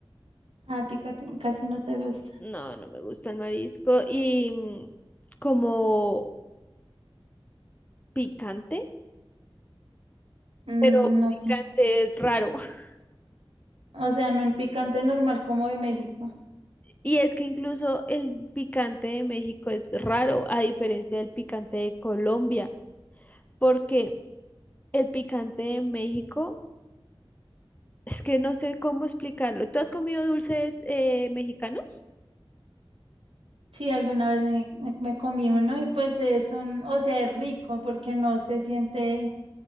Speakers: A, on the right (about 80°); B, on the left (about 15°).
A: A ti Katy, casi no te gusta.
B: No, no me gusta el marisco. Y mm, como picante,
A: Mm,
B: pero
A: ok.
B: picante es raro. <laughs>
A: O sea, no el picante normal como de México.
B: Y es que incluso el picante de México es raro, a diferencia del picante de Colombia. porque El picante de México, es que no sé cómo explicarlo. ¿Tú has comido dulces eh, mexicanos?
A: Sí, alguna vez me, me comí uno y pues es un, o sea, es rico porque no se siente